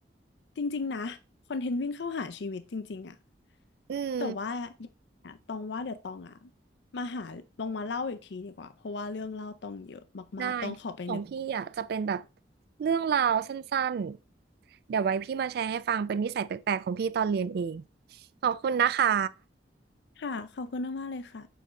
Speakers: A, on the left; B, on the right.
A: จริงๆนะคอนเทนต์วิ่งเข้าหาชีวิตจริงๆอะ
B: อืม
A: แต่ว่าอย่างเงี้ยตองว่าเดี๋ยวตองอะมาหาลองมาเล่าอีกทีดีกว่าเพราะว่าเรื่องเล่าตองเยอะมากๆตองขอไปนึก
B: ได้ของพี่อ่ะจะเป็นแบบเรื่องราวสั้นๆเดี๋ยวไว้พี่มาแชร์ให้ฟังเป็นนิสัยแปลกๆของพี่ตอนเรียนเองขอบคุณนะคะ
A: ค่ะขอบคุณมากๆเลยค่ะ